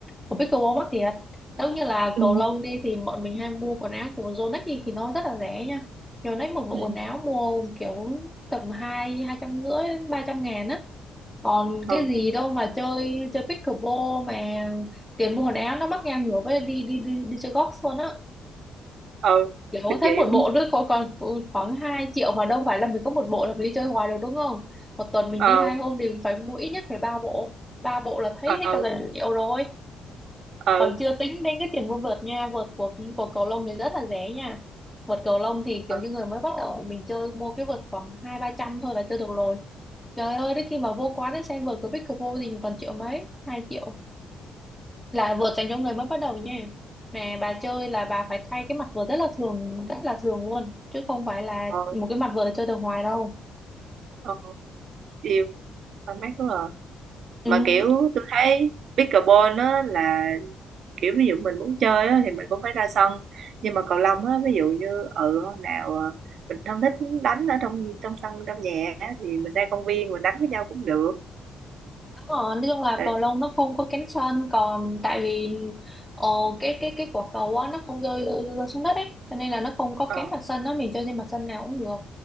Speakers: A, in the centre; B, on the right (about 65°).
A: của pickleball mắc thiệt giống như là
B: ừ
A: cầu lông đi thì bọn mình hay mua quần áo của Yonex đi thì nó rất là rẻ nha Yonex một bộ
B: ừ
A: quần áo mua kiểu tầm hai hai trăm rưỡi đến ba trăm ngàn á còn
B: ờ
A: cái gì đâu mà chơi chơi pickleball mà tiền mua quần áo nó mắc ngang ngửa với đi đi đi đi chơi golf luôn á
B: ờ
A: Kiểu
B: kinh
A: thấy
B: dị
A: một
B: quá.
A: bộ nữa có còn khoảng hai triệu mà đâu phải là mình có một bộ là mình đi chơi hoài được đúng không? Một tuần mình
B: ờ
A: đi hai hôm thì cũng phải mua ít nhất phải ba bộ. Ba bộ là thấy
B: ờ
A: hết cả gần Ừ. triệu rồi.
B: ờ
A: Còn chưa tính đến cái tiền mua vợt nha. Vợt của của cầu lông thì rất là rẻ nha. Vợt cầu lông thì kiểu
B: ờ
A: như người mới bắt đầu mình chơi mua cái vợt khoảng hai ba trăm thôi là chơi được rồi. Trời ơi, đến khi mà vô quán ấy xem vợt của Big Vô thì toàn triệu mấy, hai triệu là vợt dành cho người mới bắt đầu nha mà bà chơi là bà phải thay cái mặt vợt rất là thường rất là thường luôn chứ không phải là
B: ờ
A: một cái mặt vợt là chơi được hoài đâu
B: ờ yêu tao mát quá à
A: ừ.
B: mà kiểu tôi thấy pickleball á là kiểu ví dụ mình muốn chơi á thì mình cũng phải ra sân nhưng mà cầu lông á ví dụ như ừ hôm nào ờ, mình không thích đánh ở trong trong sân trong nhà á, thì mình ra công viên mình đánh với nhau cũng được
A: Đúng rồi, nói chung là
B: Đấy.
A: cầu lông nó không có cánh sân còn tại vì ờ, cái cái cái quả cầu á nó không rơi, rơi, rơi xuống đất ấy cho nên là nó không có
B: ờ
A: cánh mặt sân á mình chơi trên mặt sân nào cũng được